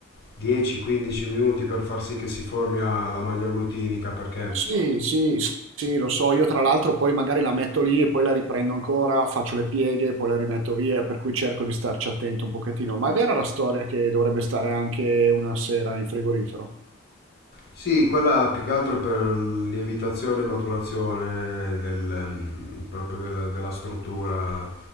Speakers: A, on the left; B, on the right.
A: 10-15 minuti per far sì che si formi la, la maglia glutinica perché
B: Sì, sì, s- sì, lo so. Io tra l'altro poi magari la metto lì e poi la riprendo ancora, faccio le pieghe, poi la rimetto via, per cui cerco di starci attento un pochettino. Ma è vera la storia che dovrebbe stare anche una sera in frigorifero?
A: Sì, quella più che altro è per lievitazione e maturazione del, mm, proprio della, della struttura